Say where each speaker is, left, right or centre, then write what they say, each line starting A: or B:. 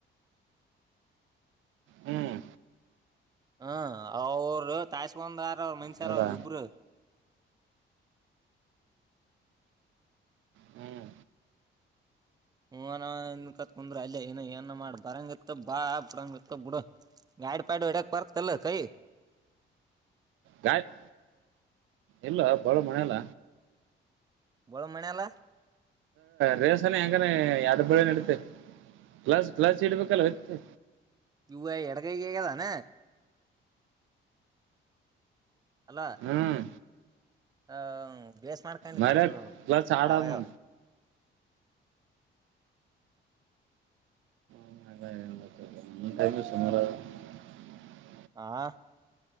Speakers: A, on the right (about 80°); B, on the right (about 20°).
A: ಹ್ಮ್
B: ಹ್ಮ ಅವರು ತಾಯಸ್ಕಂದಾರ ಅವರು ಮನುಷ್ಯಾರ
A: ಹೌದಾ
B: ಅವರು ಇಬ್ರು.
A: ಹ್ಮ್
B: ಹನನ್ ಕತ್ಕಂದ್ರ ಅಲ್ಲೇ ಏನ ಏನ ಮಾಡ ಬರಂಗ ಇತ್ತ ಬಾ ಬುಡಂಗ ಇತ್ತ ಬಿಡ. ಗಾಡ್ ಪಾಡು ಎಡಕ್ ಪರ್ಕ್ ತಲ್ಲ ಕೈ.
A: ಗಾಯತ್ ಇಲ್ಲ ಬಾಳ ಮನಲ್ಲ.
B: <unintelligible> ಮಣಲ್ಲ.
A: ರೇಸಾನ ಹೆಂಗಾನ ಯಡು ಬಳಿ ನಡತೆೆ. ಕ್ಲಾಸ್ ಕ್ಲಾಸ್ ಇಡ್ಬೇಕಲ್ಲ ಹೊತ್ತು
B: ಇವು ಎಡಗೈ ಕಗದಾನ ಅಲ <inaudible>
A: ಹ್ಮ್
B: ಹ ಬೇಸ್ ಮಾಡ್ಕೊಂಡಿತ್ತು
A: ಮರ ಕ್ಲಚ್ ಆಡೋನು
B: ಪಾಡಗ.
A: <unintelligible>
B: ಹಾ <inaudible>